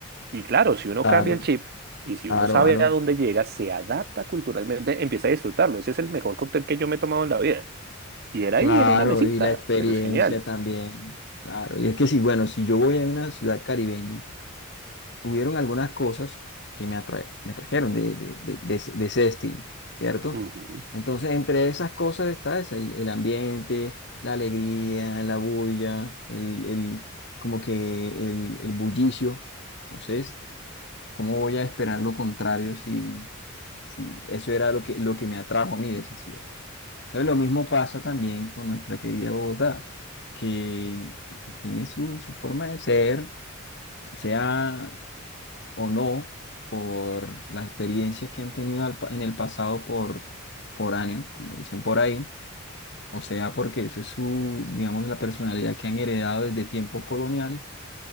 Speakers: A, on the right (about 45°); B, on the left (about 55°).
A: Y claro, si uno
B: Claro,
A: cambia el chip y si
B: claro,
A: uno sabe
B: claro.
A: a dónde llega, se adapta culturalmente, empieza a disfrutarlo. Ese es el mejor cóctel que yo me he tomado en la vida. Y era
B: Claro,
A: ahí en una mesita,
B: y la experiencia
A: pero es genial.
B: también. Claro, y es que sí, bueno, si yo voy a una ciudad caribeña, hubieron algunas cosas que me, atra- me trajeron de, de- de- de ese de ese destino, ¿cierto?
A: Ujú.
B: Entonces, entre esas cosas está eso, el, el ambiente, la alegría, la bulla, el, el- como que el, el bullicio. Entonces, ¿cómo voy a esperar lo contrario si, si eso era lo que, lo que me atrajo a mí de esa ciudad? Entonces, lo mismo pasa también con nuestra querida Bogotá, que pues, tiene su, su forma de ser, sea o no por las experiencias que han tenido al pa- en el pasado por foráneos, como dicen por ahí, o sea, porque eso es su, digamos, la personalidad que han heredado desde tiempos coloniales,